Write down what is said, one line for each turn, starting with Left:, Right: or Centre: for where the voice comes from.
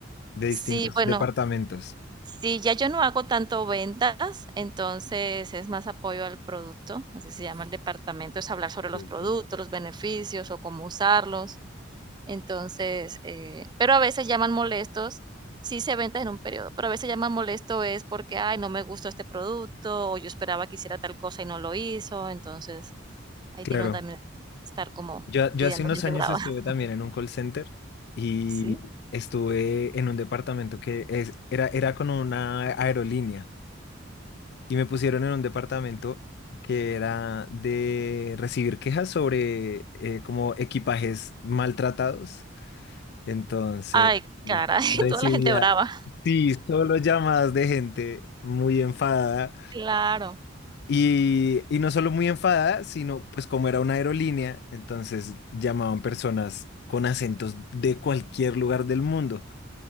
Left: de distintos
Right: Sí, bueno,
Left: departamentos.
Right: Sí, ya yo no hago tanto ventas, entonces es más apoyo al producto, así se llama el departamento, es hablar sobre los
Left: Sí,
Right: productos,
Left: sí.
Right: los beneficios o cómo usarlos. Entonces, eh, pero a veces llaman molestos, sí se ventas en un periodo, pero a veces llaman molesto es porque, ay, no me gustó este producto o yo esperaba que hiciera tal cosa y no lo hizo, entonces ahí
Left: Claro,
Right: tiene uno también que estar como
Left: yo, yo
Right: lidiando
Left: hace unos
Right: gente
Left: años
Right: brava,
Left: estuve
Right: <laughs>
Left: también en un call center y
Right: ¿sí?
Left: estuve en un departamento que es- era, era con una aerolínea y me pusieron en un departamento que era de recibir quejas sobre eh, como equipajes maltratados Entonces,
Right: Ay,
Left: pues,
Right: caray,
Left: recibía,
Right: <laughs> toda la gente brava.
Left: sí, solo llamadas de gente muy enfadada.
Right: Claro,
Left: Y, y no solo muy enfadada, sino pues como era una aerolínea, entonces llamaban personas con acentos de cualquier lugar del mundo.